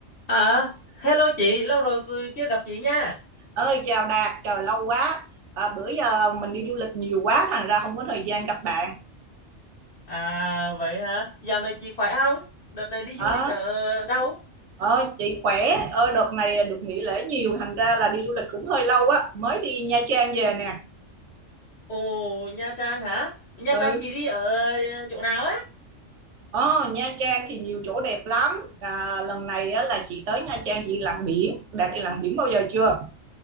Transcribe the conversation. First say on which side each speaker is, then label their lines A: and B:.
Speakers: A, on the left; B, on the right.
A: À, hello chị, lâu rồi chưa gặp chị nha.
B: ơi chào Đạt trời lâu quá à, bữa giờ mình đi du lịch nhiều quá thành ra không có thời gian gặp bạn
A: À, vậy hả? Dạo này chị khỏe không? Đợt này đi du
B: ờ
A: lịch ở đâu?
B: ờ, chị khỏe ờ, đợt này được nghỉ lễ nhiều thành ra là đi du lịch cũng hơi lâu á mới đi Nha Trang về nè
A: Ồ, Nha Trang hả? Nha
B: ừ
A: Trang chị đi ở chỗ nào á?
B: ờ, Nha Trang thì nhiều chỗ đẹp lắm à, lần này á, là chị tới Nha Trang chị lặn biển Đạt đi lặn biển bao giờ chưa